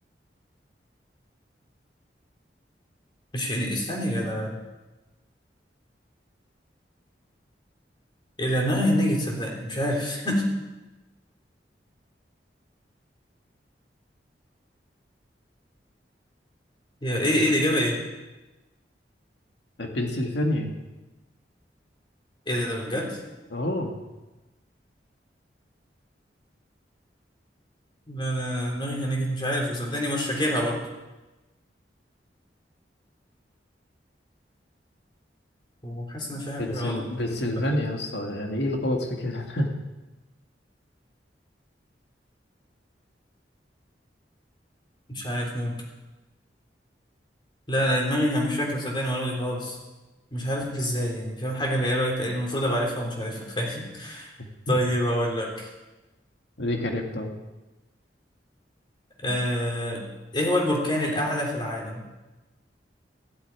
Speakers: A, on the left; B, on the left.
A: مش في استنى يا جدع إيه ده دماغي نيجي تصدقني مش عارف <laughs> يا إيه إيه الإجابة إيه؟
B: بنسلفانيا
A: إيه ده ده بجد؟
B: اه
A: لا ده دماغي هنجت مش عارف وصدقني مش فاكرها برضه وحاسس إن في حاجة
B: بنسل...
A: غلط
B: بنسلفانيا
A: أنت فاكر؟
B: يا اسطى يعني ايه الغلط في كده
A: مش عارف ممكن لا انا دماغي مش فاكر صدقني المعلومه دي خالص مش عارف ازاي يعني فاهم حاجه اللي قالها تقريبا المفروض ابقى عارفها ومش عارفها <laughs> فاهم
B: <laughs>
A: طيب اقول لك
B: ليه عرفتها
A: آه... ايه هو البركان الاعلى في العالم